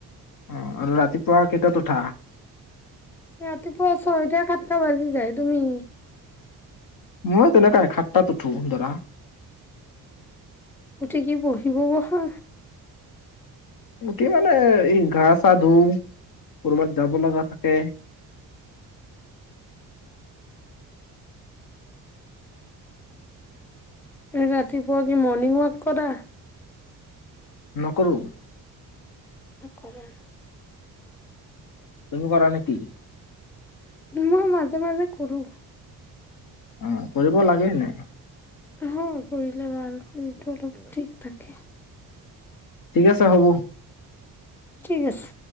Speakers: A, on the left; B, in the centre.
A: অ আৰু ৰাতিপুৱা কেইটাত উঠা?
B: ৰাতিপুৱা ছয় টা সাতটা বাজি যায় তুমি
A: মই তেনেকুৱা এ সাতটাত উঠো ধৰা।
B: উ উঠি কি পঢ়িব বহা
A: গোটেই মানে ঘা চা ধুও কবাত যাব লগা থাকে
B: ৰাতিপুৱা কি মৰ্ণিং ৱাক কৰা
A: নকৰোঁ।
B: কৰা।
A: তুমি কৰা নেকি
B: মই মাজে মাজে কৰো
A: অ কৰিব লাগে এনেই
B: অহ কৰিলে ভাল এইটো অলপ ঠিক থাকে
A: ঠিক আছে হ'ব
B: ঠিক আছে